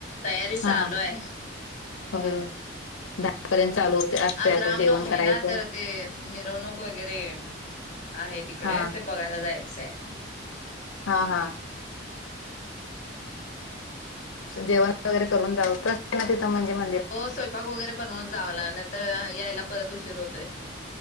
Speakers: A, on the left; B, on the left.
A: तयारी
B: हा
A: चालूय.
B: होय ओ दाहापर्यंत चालू होतंय आठ
A: आज
B: ते आठ
A: रामनवमी
B: अस जेवण
A: आहे
B: करायचं.
A: ना तर ते मिरवणूक वैगेरे आहे तिकडे,
B: हा
A: ते बगायला जायचय.
B: हा हा.. जेवण वगैरे करून जाव कस ना तिथं म्हणजे म
A: हो स्वयपाक वैगेरे बनवून जावा, नायतर यायला परत उशीर होतोय.